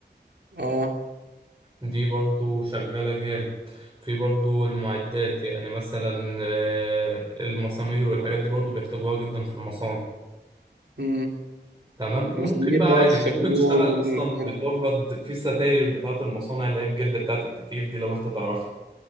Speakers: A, on the right (about 70°); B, on the right (about 20°).
A: اه
B: دي برضه شغالة جامد في برضه المعدات يعني مثلا آه، المسامير والحاجات دي برضه بيحتاجوها جدا في المصانع
A: امم
B: تمام
A: المسامير
B: وممكن بقى
A: بقى
B: عادي
A: والشنيور
B: انت ممكن تشتغل اصلا
A: والحاجات
B: بتورد
A: دي كلها.
B: في ستاير بتاعه المصانع اللي هي الجلد بتاعه التكييف دي لو انت تعرفها